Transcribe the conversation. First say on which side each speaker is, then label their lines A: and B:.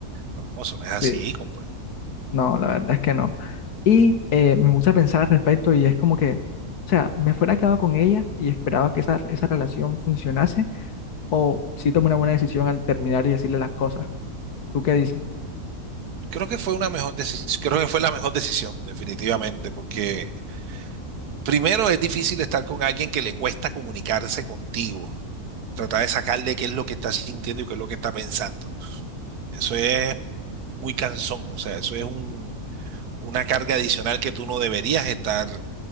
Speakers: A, on the right; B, on the left.
A: No, eso no es así,
B: sí,
A: compadre.
B: no, la verdad es que no. Y eh, me gusta pensar al respecto y es como que, o sea, me fuera quedado con ella y esperaba que esa, esa relación funcionase o si tomé una buena decisión al terminar y decirle las cosas. ¿Tú qué dices?
A: Creo que fue una mejor decisión, creo que fue la mejor decisión, definitivamente, porque primero es difícil estar con alguien que le cuesta comunicarse contigo. Tratar de sacarle qué es lo que está sintiendo y qué es lo que está pensando. Eso es muy cansón, o sea, eso es un, una carga adicional que tú no deberías estar